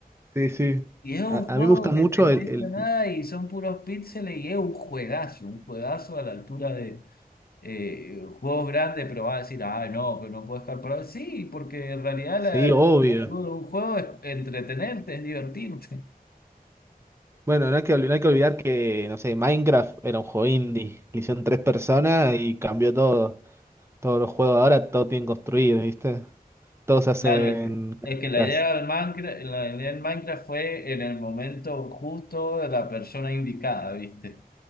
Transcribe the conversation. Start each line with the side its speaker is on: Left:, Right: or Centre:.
Right: sí. sí.
Left: Y es un
Right: A,
Left: juego
Right: a mí me gusta
Left: que
Right: mucho
Left: te pesa
Right: el, el...
Left: nada y son puros píxeles y es un juegazo, un juegazo a la altura de eh, juegos grandes, pero vas a decir, ah, no, pero no puedo jugar por ahora". Sí, porque en realidad
Right: Sí,
Left: la actitud
Right: obvio.
Left: de un juego es entretenerte, es divertirte. <laughs>
Right: Bueno, no hay que, ol- no hay que olvidar que, no sé, Minecraft era un juego indie. Lo hicieron tres personas y cambió todo. Todos los juegos ahora, todo tienen construir, ¿viste? Todos se hacen
Left: Claro, es que,
Right: casitas.
Left: es que la idea del Minecraft, la idea del Minecraft fue en el momento justo de la persona indicada, ¿viste?